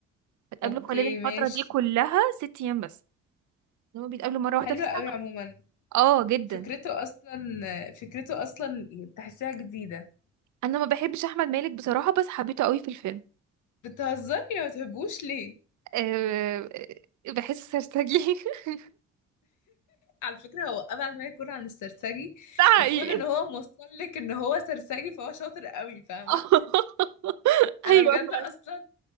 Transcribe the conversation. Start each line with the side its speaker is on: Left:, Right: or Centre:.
Right: اتقابلوا
Left: اوكي
Right: خلال الفتره
Left: ماشي
Right: دي كلها ست ايام بس هما بيتقابلوا مره واحده
Left: حلو
Right: في السنه
Left: قوي عموما
Right: اه جدا
Left: فكرته اصلا فكرته اصلا تحسيها جديدة
Right: انا ما بحبش احمد مالك بصراحه بس حبيته قوي في الفيلم
Left: بتهزري ما بتحبوش ليه
Right: أه آه، بحسه سرسجي <laughs>
Left: على فكرة هو أبعد ما يكون عن السرسجي
Right: ده
Left: وكون
Right: حقيقي
Left: ان هو موصل لك ان هو سرسجي فهو شاطر قوي فاهمة
Right: <laughs> ايوه
Left: انا بجد
Right: فعلا.
Left: اصلا